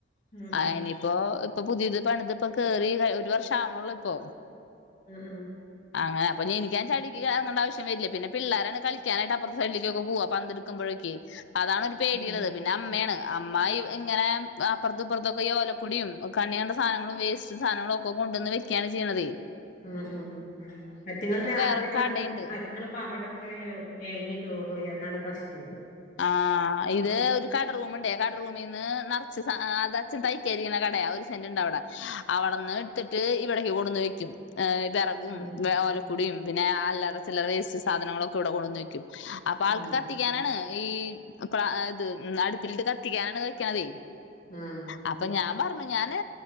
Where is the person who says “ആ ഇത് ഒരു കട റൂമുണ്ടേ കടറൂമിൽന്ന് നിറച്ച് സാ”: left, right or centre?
Left